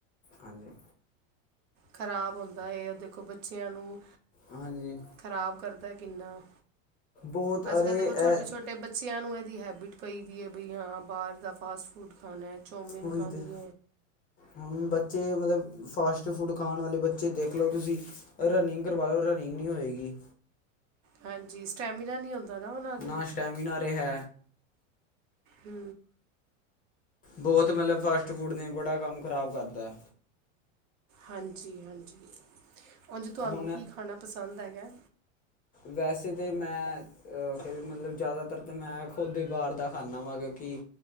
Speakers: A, on the left; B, on the right.
A: ਹਾਂਜੀ।
B: ਖ਼ਰਾਬ ਹੁੰਦਾ ਏ ਦੇਖੋ, ਬੱਚੇਆਂ ਨੂੰ।
A: ਹਾਂਜੀ
B: ਖਰਾਬ ਕਰਦੈ ਕਿੰਨਾ,
A: ਬਹੁਤ
B: ਅੱਜ-ਕੱਲ
A: ਅਰੇ
B: ਦੇਖੋ,
A: ਇਹ
B: ਛੋਟੇ-ਛੋਟੇ। ਤੇ ਬੱਚਿਆਂ ਨੂੰ ਏਦੀ ਹੈਬਿਟ ਪਈ ਵੀ ਏ ਬਈ ਹਾਂ, ਬਾਰ ਦਾ ਫਾਸਟ-ਫੂਡ ਖਾਣਾ। ਚੌਮਿਨ
A: ਓਹੀ
B: ਖਾਣੀ
A: ਤੇ ਹੈ। ਹੁਣ ਬੱਚੇ ਮਤਲਬ, ਫਾਸਟ-ਫੂਡ ਖਾਣ ਆਲੇ ਬੱਚੇ ਦੇਖਲੋ ਤੁਸੀਂ। ਰਨਿੰਗ ਕਰਵਾਲੋ, ਰਨਿੰਗ ਨੀ ਹੋਏਗੀ।
B: ਹਾਂਜੀ, ਸਟੈਮੀਨਾ ਨੀ ਆਓਦਾ ਨਾ ਉਨ੍ਹਾ ਦੇ
A: ਨਾ ਸਟੈਮੀਨਾ ਆ ਰਿਹਾ
B: ਹੂੰ।
A: ਬਹੋਤ ਮਤਲਬ ਫਾਸਟ-ਫੂਡ ਨੇ, ਬੜਾ ਕੰਮ ਖ਼ਰਾਬ ਕਰਤਾ।
B: ਹਾਂਜੀ-ਹਾਂਜੀ, ਉਝ ਤੁਆਨੂੰ
A: ਹੁਣ
B: ਕੀ ਖਾਣਾ ਪਸੰਦ ਹੈਗਾ?
A: ਵੈਸੇ ਤੇ ਮੈਂ ਅਹ ਫੇਰ ਵੀ ਮਤਲਬ, ਜ਼ਿਆਦਾਤਰ ਤੇ ਮੈਂ ਖੁਦ ਈ ਬਾਰ ਦਾ ਖਾਨਾ ਵਾ, ਕਿਓਕੇ